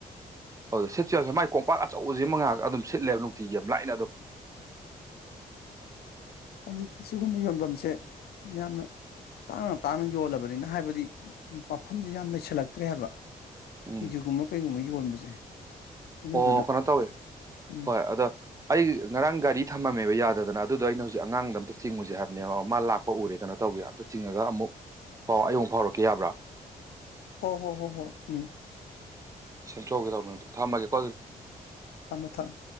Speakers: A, on the right; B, on the left.
A: ꯑꯗꯨꯗ ꯁꯤꯠꯁꯨ ꯌꯥꯝꯁꯦ ꯃꯥꯏ ꯀꯣꯝꯄꯥꯛ ꯑꯆꯧꯕꯁꯤ ꯃꯉꯥꯒ ꯑꯗꯨꯝ ꯁꯤꯠꯂꯦꯕ ꯅꯨꯡꯇꯤꯒꯤ ꯌꯥꯝ ꯂꯥꯏꯅ ꯑꯗꯨꯝ
B: ꯍꯧꯖꯤꯛꯇꯤ ꯁꯤꯒꯨꯝꯕ ꯌꯣꯟꯐꯝꯁꯦ ꯌꯥꯝꯅ ꯇꯥꯡꯅ ꯇꯥꯡꯅ ꯌꯣꯜꯂꯕꯅꯤꯅ ꯍꯥꯏꯕꯗꯤ ꯃꯐꯝꯁꯤ ꯌꯥꯝ ꯂꯩꯁꯜꯂꯛꯇ꯭ꯔꯦ ꯍꯥꯏꯕ
A: ꯎꯝ
B: ꯁꯤꯡꯖꯨꯒꯨꯝꯕ ꯀꯩꯒꯨꯝꯕ ꯌꯣꯟꯕꯁꯦ ꯑꯗꯨꯗꯨꯅ
A: ꯑꯣ ꯀꯩꯅꯣ ꯇꯧꯋꯦ
B: ꯎꯝ
A: ꯍꯣꯏ ꯑꯗ ꯑꯩ ꯉꯔꯥꯡ ꯒꯥꯔꯤ ꯊꯝꯃꯝꯃꯦꯕ ꯌꯥꯗꯗꯅ ꯑꯗꯨꯗꯣ ꯑꯩꯅ ꯍꯧꯖꯤꯛ ꯑꯉꯥꯡꯗ ꯑꯝꯇ ꯆꯤꯡꯉꯨꯁꯦ ꯍꯥꯏꯕꯅꯦꯕ ꯃꯥ ꯂꯥꯛꯄ ꯎꯔꯦ ꯀꯩꯅꯣ ꯇꯧꯒꯦ ꯑꯝꯇ ꯆꯤꯡꯉꯒ ꯑꯃꯨꯛ ꯄꯥꯎ ꯑꯌꯨꯛ ꯐꯥꯎꯔꯛꯀꯦ ꯌꯥꯕ꯭ꯔꯥ
B: ꯍꯣ ꯍꯣ ꯍꯣ ꯍꯣ ꯎꯝ
A: ꯁꯦꯝ ꯊꯣꯛꯎꯒꯦ ꯇꯧꯕꯅꯦ ꯊꯝꯃꯒꯦꯀꯣ ꯑꯗꯨꯗꯤ
B: ꯊꯝꯃꯣ ꯊꯝꯃꯣ